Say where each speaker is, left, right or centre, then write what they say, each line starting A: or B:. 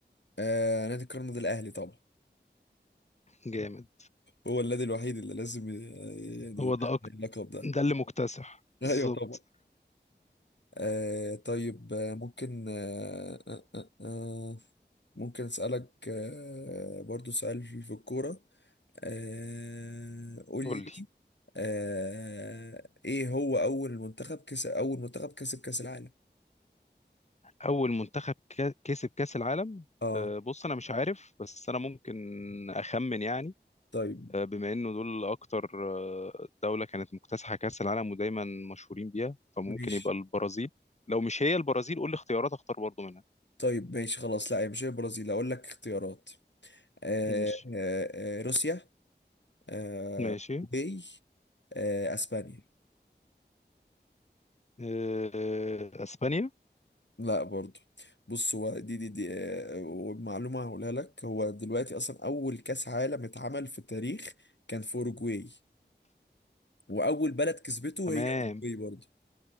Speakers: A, on the left; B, on the left.
A: آه نادي القرن ده الاهلي طبعا
B: جامد
A: هو النادي الوحيد اللي لازم ي- يعني
B: هو
A: يتأهل
B: ده أكتر
A: اللقب ده
B: ده اللي مكتسح
A: <laughs> ايوه
B: بالظبط
A: طبعا آه طيب آه، ممكن آه آه آه آه، ممكن أسألك آه برضو سؤال في الكورة آه قول
B: قول
A: لي
B: لي
A: آه إيه هو أول منتخب كسب أول منتخب كسب كأس العالم
B: اول منتخب كا- كسب كأس العالم
A: اه
B: آه، بص انا مش عارف بس انا ممكن اخمن يعني
A: طيب
B: آه، بما انه دول اكتر آه، دولة كانت مكتسحة كأس العالم ودايما مشهورين بيها فممكن
A: ماشي
B: يبقى البرازيل لو مش هي البرازيل قول لي اختيارات اختار برضو منها
A: طيب ماشي خلاص لا هي مش هي البرازيل اقول لك اختيارات آه
B: ماشي
A: آه آه روسيا آه
B: ماشي
A: اوروجواي آه اسبانيا
B: آه، اسبانيا
A: لا برضو بص هو دي دي دي آه، والمعلومة هقولها لك هو دلوقتي أصلا أول كأس عالم اتعمل في التاريخ كان في أوروجواي وأول بلد كسبته
B: تمام
A: هي أوروجواي برضو